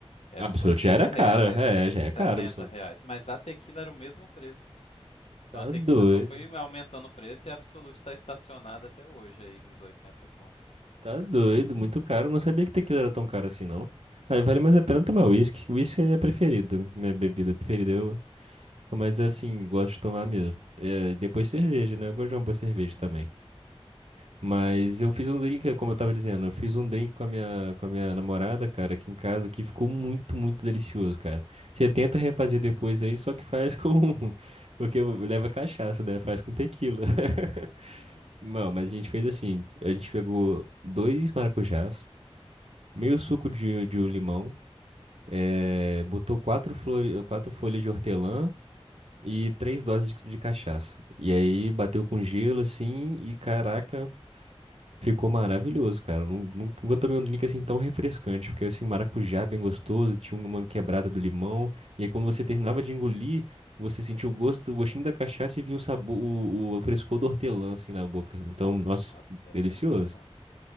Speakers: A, on the left; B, on the right.
A: Era
B: Absolute
A: uns 80
B: já era caro.
A: reais,
B: É,
A: uns
B: já é
A: 70
B: caro, Absolute.
A: reais. Mas a tequila era o mesmo preço. Então
B: Tá
A: a tequila
B: doido.
A: só foi aumentando o preço e a Absolute tá estacionada até hoje aí, uns 80 conto.
B: Tá doido. Muito caro. Eu não sabia que tequila era tão caro assim, não. Aí vale mais a pena tomar uísque. Uísque é minha preferida. Minha bebida preferida. Eu Mas assim, gosto de tomar mesmo. É, depois
A: Uhum.
B: cerveja, né? Eu gosto de uma boa cerveja também. Mas eu fiz um drink, como eu tava dizendo, eu fiz um drink com a minha, com a minha namorada, cara, aqui em casa, que ficou muito, muito delicioso, cara. Você tenta refazer depois aí, só que faz com. <laughs> Porque leva cachaça, né? Faz com tequila.
A: Uhum,
B: <laughs> Não, mas a gente fez assim: a gente pegou dois maracujás, meio suco de, de um limão, eh, botou quatro, flor... quatro folhas de hortelã. e três doses de de cachaça. E aí bateu com gelo assim e caraca, ficou maravilhoso, cara. Nu-
A: uhum,
B: nu- Nunca tomei um drink assim tão refrescante, porque assim, o maracujá é bem gostoso, tinha uma quebrada do limão, e aí quando você terminava
A: uhum,
B: de engolir, você sentia o gosto, o gostinho da cachaça e vinha o sabor, o, o frescor do hortelã assim na boca. Então,
A: uhum.
B: nossa,
A: Nossa, deve
B: delicioso.
A: ser muito bom.